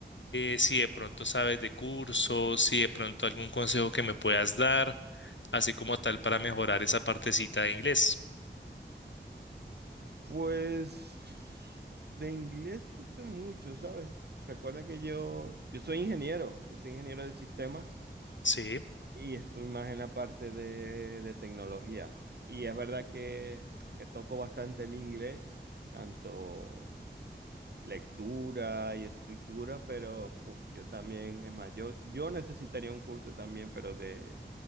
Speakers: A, on the left; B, on the right.
A: eh, si de pronto sabes de cursos, si de pronto algún consejo que me puedas dar, así como tal para mejorar esa partecita de inglés.
B: Pues de inglés no sé mucho, ¿sabes? Recuerda que yo, yo soy ingeniero, yo soy ingeniero de sistemas
A: Sí.
B: y estoy más en la parte de, de tecnología. Y es verdad que, que toco bastante el inglés, tanto lectura y escritura, pero fu, yo también, es más, yo, yo necesitaría un curso también, pero de